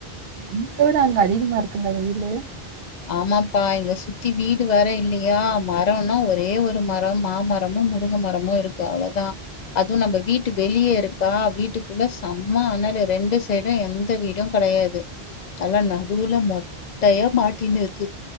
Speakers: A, on the right; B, on the left.
A: இங்க விட அங்க அதிகமா இருக்குங்க வெயிலு
B: ஆமாப்பா இங்க சுத்தி வீடு வேர இல்லையா மரம்னா ஒரே ஒரு மரம் மாமர ரம்ம முருங்க மரமு இருக்கு அவ்ளோதா அதுவு நம்ம வீட்டு வெளியே இருக்கா வீட்டுக்குள்ள செம்ம அனலு ரெண்டு சைடும் எந்த வீடும் கெடையாது நல்லா நடுவுல மொட்டையா மாட்டினு இருக்கு